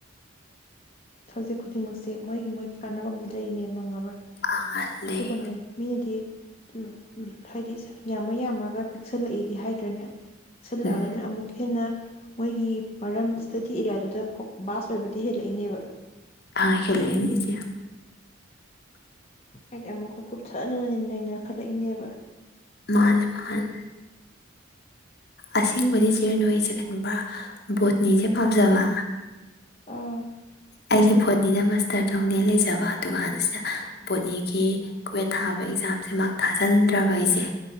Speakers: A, on the left (about 30°); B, on the left (about 50°).
A: ꯁꯕꯖꯦꯛ ꯈꯨꯗꯤꯡꯃꯛꯁꯦ ꯃꯣꯏꯒꯤ ꯃꯣꯏꯒꯤ ꯀꯥꯟꯅꯕꯁꯦ ꯂꯩꯔꯤꯅꯦꯕ ꯐꯪꯉꯕ꯭ꯔꯥ
B: ꯑꯥ ꯂꯩ
A: ꯑꯗꯨ ꯀꯅꯦ ꯃꯤꯅꯗꯤ ꯎꯝ ꯍꯥꯏꯗꯤ ꯌꯥꯝꯃ ꯌꯥꯝꯃꯒ ꯄꯤꯛꯁꯜꯂꯛꯏꯗꯤ ꯍꯥꯏꯗ꯭ꯔꯅꯦ ꯛꯁꯤꯜꯂꯛꯑꯒꯅ
B: ꯎꯝ
A: ꯑꯃꯨꯛꯀ ꯍꯦꯟꯅ ꯃꯣꯏꯒꯤ ꯃꯔꯝ ꯏꯁꯇꯗꯤ ꯑꯦꯔꯤꯌꯥꯗꯨꯗ ꯐ ꯕꯥꯁ ꯑꯣꯏꯕꯗꯤ ꯍꯦꯜꯂꯛꯏꯅꯦꯕ
B: ꯑ ꯈꯦꯂ ꯂꯩꯁꯤꯦ
A: ꯑꯩꯗꯤ ꯑꯃꯨꯛꯀ ꯀꯨꯞꯊꯛꯅ ꯅꯩꯅꯔꯈꯠꯂꯛꯏꯅꯦꯕ
B: ꯃꯥꯜꯃꯜ ꯑꯁꯦꯡꯕꯗꯤ ꯁꯤꯔꯨꯅꯨ ꯑꯩꯁꯦ ꯈꯟꯕ ꯕꯣꯠꯅꯤꯁꯦ ꯄꯥꯝꯖꯕ
A: ꯑꯥ
B: ꯑꯩꯁꯦ ꯕꯣꯠꯅꯤꯗ ꯃꯥꯁꯇꯔ ꯇꯧꯅꯦ ꯂꯩꯖꯕ ꯑꯗꯨ ꯀꯥꯟꯁꯤꯗ ꯕꯣꯠꯅꯤꯒꯤ ꯀꯨꯋꯦꯠ ꯊꯥꯕ ꯑꯦꯛꯖꯥꯝꯁꯦ ꯃꯔꯛ ꯊꯥꯖꯤꯟꯗ꯭ꯔꯕ ꯑꯩꯁꯦ